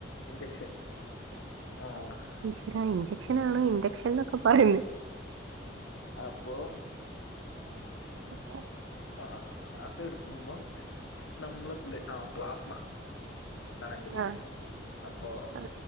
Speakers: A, on the left; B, on the right.
A: ഇഞ്ചക്ഷൻ ആഹ്
B: ഇ ഇൻചക്ഷൻ ആണ് ഇൻചക്ഷൻ നൊക്കെ പറയുന്നത്
A: അപ്പോ
B: എപ്പോ
A: ആഹ് അതെടുക്കുമ്പോ നമ്മള് ബ്ല ആ പ്ലാസ്മ ഇതാണ് അയ്ന്റെ പേര്
B: ആ
A: അപ്പൊ
B: ആ